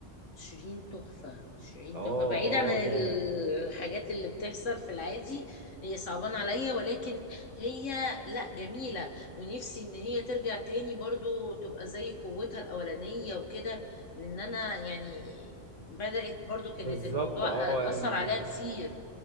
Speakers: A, on the left; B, on the right.
A: شيرين تحفة شيرين
B: اه
A: تحفة بعيد
B: اه
A: عن الحاجات
B: ده
A: اللي بتحصل في العادي هي صعبان عليا ولكن هي لا جميلة ونفسي ان هي ترجع تاني برضو تبقى زي قوتها الاولانية وكده لان انا يعني بدأت برضو كانت
B: بالظبط
A: الموضوع
B: اه يعني
A: اثر عليها كتير